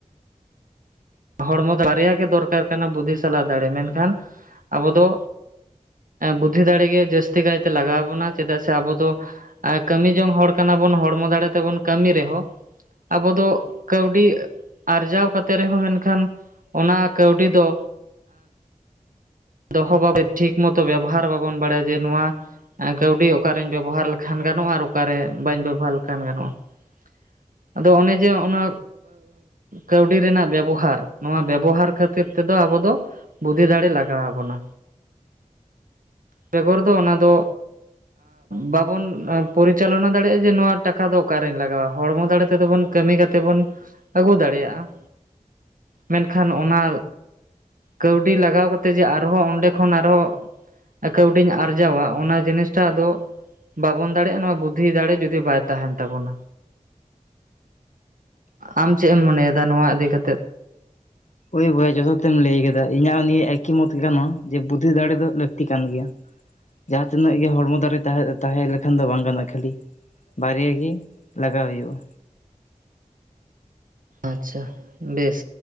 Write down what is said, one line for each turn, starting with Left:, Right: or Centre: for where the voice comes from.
Right: ᱦᱚᱲᱢᱚ ᱫᱚ ᱵᱟᱨᱭᱟ ᱜᱮ ᱫᱚᱨᱠᱟᱨ ᱠᱟᱱᱟ ᱵᱩᱫᱽᱫᱷᱤ ᱥᱟᱞᱟᱜ ᱫᱟᱲᱮ ᱢᱮᱱᱠᱷᱟᱱ ᱟᱵᱚ ᱫᱚ ᱵᱩᱫᱽᱫᱷᱤ ᱫᱟᱲᱮᱜ ᱜᱮ ᱡᱟᱹᱥᱛᱤ ᱠᱟᱭᱛᱮ ᱞᱟᱜᱟᱣ ᱵᱚᱱᱟ ᱪᱮᱫᱟᱜ ᱥᱮ ᱟᱵᱚ ᱫᱚ ᱠᱟᱹᱢᱤ ᱡᱚᱝ ᱦᱚᱲ ᱠᱟᱱᱟ ᱦᱚᱲᱢᱚ ᱫᱟᱲᱮ ᱛᱮᱵᱚᱱ ᱠᱟᱹᱢᱤ ᱨᱮᱦᱚᱸ ᱟᱵᱚ ᱫᱚ ᱠᱟᱹᱣᱰᱤ ᱟᱨᱡᱟᱣ ᱠᱟᱛᱮ ᱨᱮᱦᱚᱸ ᱢᱮᱱᱠᱷᱟᱱ ᱠᱷᱟᱱ ᱚᱱᱟ ᱠᱟᱹᱣᱰᱤ ᱫᱚ ᱫᱚᱦᱚ ᱵᱷᱟᱵᱮ ᱴᱷᱤᱠ ᱢᱚᱛᱚ ᱵᱮᱵᱚᱦᱟᱨ ᱵᱟᱵᱚᱱ ᱵᱟᱲᱟᱭᱟ ᱡᱮ ᱱᱚᱣᱟ ᱠᱟᱹᱣᱰᱤ ᱚᱠᱟᱨᱤᱧ ᱵᱮᱵᱚᱦᱟᱨ ᱞᱮᱠᱷᱟᱱ ᱜᱟᱱᱚᱜ-ᱟ ᱟᱨ ᱚᱠᱟᱨᱮ ᱵᱟᱹᱧ ᱵᱮᱵᱚᱦᱟᱨ ᱞᱮᱠᱷᱟᱱ ᱜᱟᱱᱚᱜ-ᱟ᱾ <inaudible> ᱟᱫᱚ ᱚᱱᱮ ᱡᱮ ᱚᱱᱟ ᱠᱟᱹᱣᱰᱤ ᱨᱮᱱᱟᱜ ᱵᱮᱵᱚᱦᱟᱨ ᱱᱚᱣᱟ ᱵᱮᱵᱚᱦᱟᱨ ᱠᱷᱟᱹᱛᱤᱨ ᱛᱮᱫᱚ ᱟᱵᱚ ᱟᱵᱚ ᱫᱚ ᱵᱩᱫᱷᱤ ᱫᱟᱲᱮ ᱞᱟᱜᱟᱣᱼᱟ ᱵᱚᱱᱟ᱾ ᱵᱮᱜᱚᱨ ᱫᱚ ᱚᱱᱟ ᱫᱚ ᱵᱟᱵᱚᱱ ᱯᱚᱨᱤᱪᱟᱞᱚᱱᱟ ᱫᱟᱲᱮᱭᱟᱜ-ᱟ ᱡᱮ ᱱᱚᱣᱟ ᱴᱟᱠᱟ ᱫᱚ ᱚᱠᱟᱨᱤᱧ ᱞᱟᱜᱟᱣᱟ᱾ ᱦᱚᱲᱢᱚ ᱫᱟᱲᱮ ᱛᱮᱫᱚ ᱵᱚᱱ ᱠᱟᱹᱢᱤ ᱠᱟᱛᱮᱜ ᱵᱚᱱ ᱟᱹᱜᱩ ᱫᱟᱲᱮᱭᱟᱜ-ᱟ᱾ ᱢᱮᱱᱠᱷᱟᱱ ᱚᱱᱟ ᱠᱟᱹᱣᱰᱤ ᱞᱟᱜᱟᱣ ᱠᱟᱛᱮ ᱡᱮ ᱟᱨᱦᱚ ᱚᱸᱰᱮ ᱠᱷᱚᱱ ᱟᱨᱦᱚ ᱠᱟᱹᱣᱰᱤᱧ ᱟᱨᱡᱟᱣᱟ ᱚᱱᱟ ᱡᱤᱱᱤᱥᱴᱟᱜ ᱟᱫᱚ ᱵᱟᱵᱚᱱ ᱫᱟᱲᱮᱭᱟᱜ-ᱟ ᱱᱚᱣᱟ ᱵᱩᱫᱽᱫᱷᱤ ᱫᱟᱲᱮ ᱡᱩᱫᱤ ᱵᱟᱭ ᱛᱟᱦᱮᱱ ᱛᱟᱵᱚᱱᱟ᱾ ᱟᱢ ᱪᱮᱫ ᱮᱢ ᱢᱚᱱᱮᱭᱮᱫᱟ ᱱᱚᱣᱟ ᱤᱫᱤ ᱠᱟᱛᱮᱫ
Left: ᱦᱳᱭ ᱵᱚᱭᱦᱟ ᱡᱚᱛᱷᱟᱛ ᱮᱢ ᱞᱟᱹᱭ ᱠᱟᱫᱟ ᱤᱧᱟᱹᱜ ᱦᱚᱸ ᱱᱤᱭᱟᱹ ᱮᱠᱤ ᱢᱚᱛ ᱠᱟᱱᱟ ᱡᱮ ᱵᱩᱫᱽᱫᱷᱤ ᱫᱟᱲᱮ ᱫᱚ ᱞᱟᱹᱠᱛᱤ ᱠᱟᱱ ᱜᱮᱭᱟ ᱡᱟᱦᱟᱸ ᱛᱤᱱᱟᱹᱜ ᱜᱮ ᱦᱚᱲᱢᱚ ᱫᱟᱨᱮ ᱛᱟᱦᱮᱸ ᱞᱮᱠᱷᱟᱱ ᱫᱚ ᱵᱟᱝ ᱜᱟᱱᱚᱜ-ᱟ ᱠᱷᱟᱹᱞᱤ ᱵᱟᱨᱭᱟ ᱜᱮ ᱞᱟᱜᱟᱣ ᱦᱩᱭᱩᱜ-ᱟ
Right: ᱟᱪᱪᱷᱟ ᱵᱮᱥ